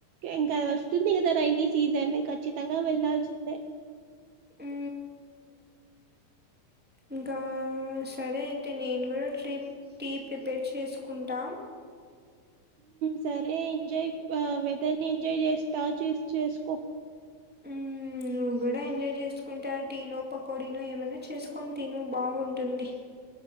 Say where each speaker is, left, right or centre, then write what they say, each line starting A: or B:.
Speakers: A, on the right; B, in the centre.
A: ఇంకా వస్తుంది కదా రైైనీ సీజన్ ఖచ్చితంగా వెళ్లాల్సిందే.
B: ఉ ఇంకా సరే అయితే నేను కూడా ట్రిప్ టీ ప్రిపేర్ చేసుకుంటా
A: సరే ఎంజాయ్ వెదర్ ని ఎంజాయ్ చేస్తా చూసి చేసుకో
B: హు నువ్వు కూడా ఎంజాయ్ చేసుకుంటా టీనో పకోడీనో ఏమైన్నా చేసుకొని తి నువ్ బాగుంటుంది